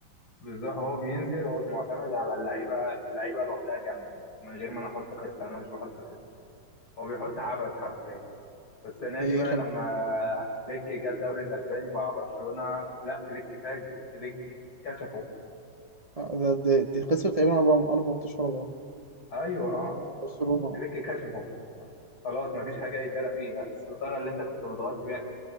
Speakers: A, on the left (about 80°); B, on the right (about 30°).
A: بالظبط هو بينزل هو معتمد على اللعيبة اللعيبة لوحدها جامدة من غير ما انا احط خطة انا مش بحط خطة هو بيحط عبث حرفيا والسنه
B: هي
A: دي بقى
B: خل...
A: لما فليك جه الدوري الاسباني مع برشلونه لا فليك فاجر فليك كشفه
B: آه، ده- ده- دي خسروا تقريبا أربع أربع ماتشات ورا بعض
A: ايوه اه
B: برشلونة
A: فليك كشفه خلاص مفيش حاجه يتدرى فيها الستاره اللي انت كنت متغطي بيها